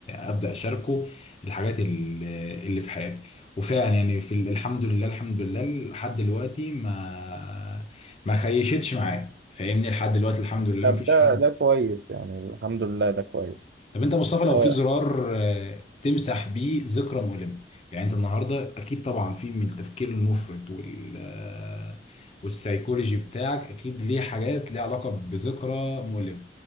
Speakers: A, on the left; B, on the right.
A: ابدا اشاركه الحاجات ال- اللي في حياتي وفعلا يعني في ال- الحمد لله الحمد لله لحد دلوقتي ما ما خيشتش معايا فاهمني لحد دلوقتي الحمد لله
B: طب
A: ما فيش
B: ده
A: حد
B: ده كويس يعني الحمد لله ده كويس
A: طب انت يا مصطفى
B: أه
A: لو في زرار آه، تمسح بيه ذكرى مؤلمة يعني انت النهارده اكيد طبعا في من التفكير المفرط وال آه، والسايكولوجي بتاعك اكيد ليه حاجات ليها علاقة بذكرى مؤلمة